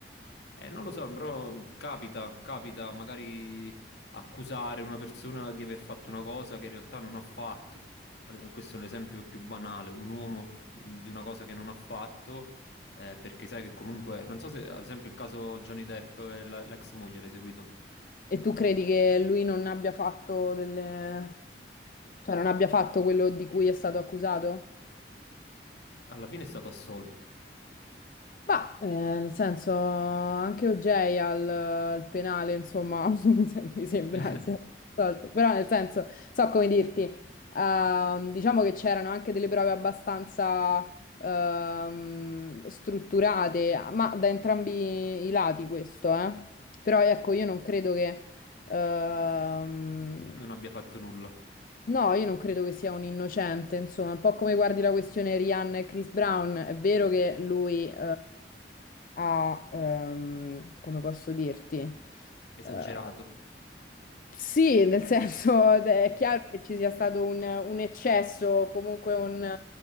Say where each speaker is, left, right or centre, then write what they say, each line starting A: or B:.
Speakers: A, on the left; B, on the left.
A: eh, non lo so, però capita, capita magari accusare una persona di aver fatto una cosa che in realtà non ha fatto. Ad- Questo è l'esempio più banale, un uomo mh, di una cosa che non ha fatto, eh, perché sai che comunque, non so se ad esempio il caso Johnny Depp e la- l'ex moglie l'hai seguito,
B: E tu credi che lui non abbia fatto delle... cioè non abbia fatto quello di cui è stato accusato?
A: alla fine è stato assolto,
B: Ma, eh, nel senso, anche OJ al, al penale, insomma, <laughs> se- mi sembra
A: <laughs>
B: si è risolto. Però nel senso, so come dirti, ehm, diciamo che c'erano anche delle prove abbastanza ehm, strutturate, ma da entrambi i lati questo, eh. Però ecco, io non credo che... Ehm,
A: non abbia fatto nulla,
B: No, io non credo che sia un innocente, insomma, un po' come guardi la questione Rihanna e Chris Brown, è vero che lui eh, ha, ehm, come posso dirti,
A: esagerato,
B: eh, sì, nel senso è chiaro che ci sia stato un, un eccesso, comunque un...